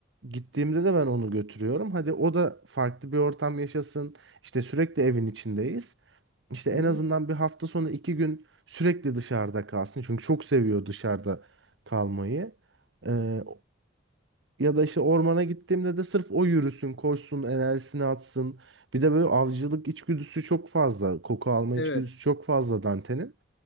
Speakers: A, on the right; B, on the left.
A: gittiğimde de ben onu götürüyorum. Hadi o da farklı bir ortam yaşasın. İşte sürekli evin içindeyiz. İşte en
B: Hı hı.
A: azından bir hafta sonu iki gün sürekli dışarıda kalsın. Çünkü çok seviyor dışarıda kalmayı. E, ya da işte ormana gittiğimde de sırf o yürüsün, koşsun, enerjisini atsın. Bir de böyle avcılık içgüdüsü çok fazla. Koku alma
B: Evet.
A: içgüdüsü çok fazla Dante'nin.